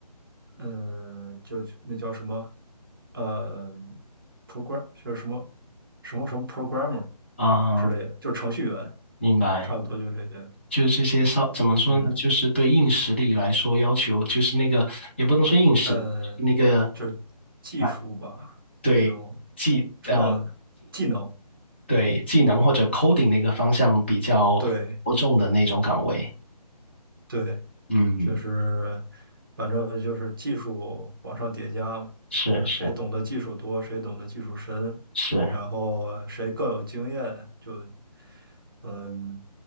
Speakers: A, on the right; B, on the left.
A: 嗯、呃就那叫什么，呃，program 就是什么什么什么 programmer
B: 啊，
A: 之类的，就是程序员，
B: 明白。
A: 差不多就这些。
B: 就是这些稍怎么说呢？
A: 嗯，
B: 就是对硬实力来说要求，就是那个也不能说硬实力，
A: 呃，
B: 那个
A: 就是技术吧，
B: 啊，对技呃
A: 那种知道技能。
B: 对技能或者 coding 那个方向比较着重的那种岗位。
A: 对对，
B: 嗯，
A: 就是反正就是技术往上叠加嘛，
B: 是是
A: 就是谁懂得技术多，谁懂得技术深，
B: 是。
A: 然后谁更有经验，就嗯，